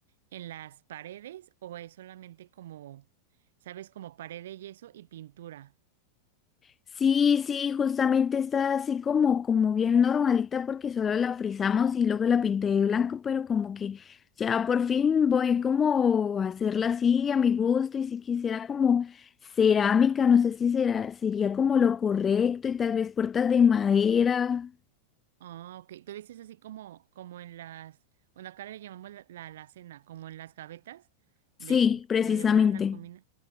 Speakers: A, on the right; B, on the left.
A: en las paredes o es solamente como, sabes, como pared de yeso y pintura?
B: Sí, sí, justamente está así como, como bien normalita porque solo la frizamos y luego la pinté de blanco, pero como que ya por fin voy como a hacerla así a mi gusto y si quisiera como cerámica, no sé si será, sería como lo correcto y tal vez puertas de madera.
A: Ah, ok. Tú dices así como, como en las, bueno, acá le llamamos la, la alacena, como en las gavetas
B: Sí,
A: de
B: precisamente.
A: donde guardas la comida.